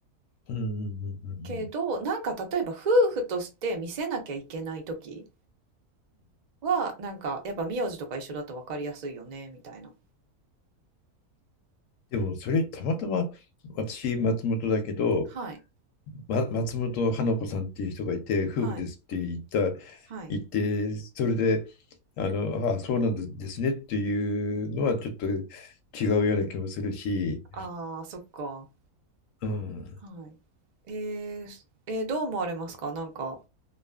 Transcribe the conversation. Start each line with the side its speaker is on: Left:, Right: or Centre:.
Left: うんうんうんうんうん。
Right: けど、なんか例えば夫婦として見せなきゃいけない時は、なんかやっぱ名字とか一緒だと分かりやすいよね、みたいな。
Left: でもそれたまたま私松本だけど、
Right: はい、
Left: ま、松本花子さんっていう人がいて夫婦ですって言った
Right: はい、はい。
Left: 言ってそれであのあそうなんですねっていうのはちょっと違うような気もするし、
Right: ああ、そっか。
Left: うん、
Right: はい。えー、えーどう思われますかなんか、